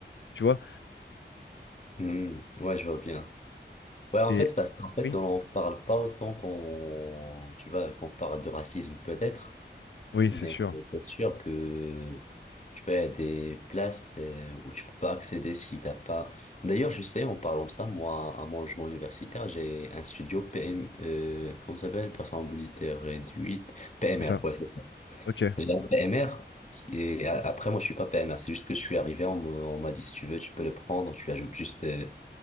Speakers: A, on the left; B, on the left.
A: tu vois.
B: Mhm. Ouais, je vois bien. Ouais, en
A: Et
B: fait, parce qu'en fait,
A: oui,
B: on n'en parle pas autant qu'on, tu vois, qu'on parle de racisme peut-être.
A: oui,
B: Mais
A: c'est sûr.
B: euh, c'est sûr que tu vois, il y a des places euh, où tu peux pas accéder si t'as pas. D'ailleurs, je sais, en parlant de ça, moi, à mon logement universitaire, j'ai un studio PM, euh, comment ça s'appelle? Personne à mobilité réduite. PMR,
A: C'est ça.
B: ouais, c'est ça.
A: Ok.
B: J'ai un PMR. Et a- après, moi, je suis pas PMR. C'est juste que je suis arrivé, on me- on m'a dit, si tu veux, tu peux le prendre. Tu ajoutes juste euh,